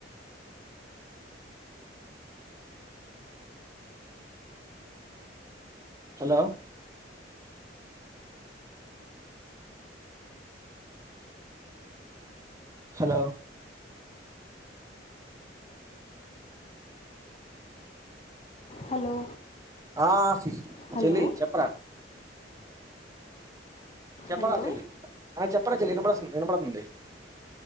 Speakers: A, on the right; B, on the left.
A: hello hello
B: hello
A: ఆ సిస్
B: హలో
A: చెల్లి చెప్పరా చెప్పరా
B: హలో
A: చెల్లి ఆ చెప్పరా చెల్లి వినిపిస్తుంది ఆ వినపడుతుంది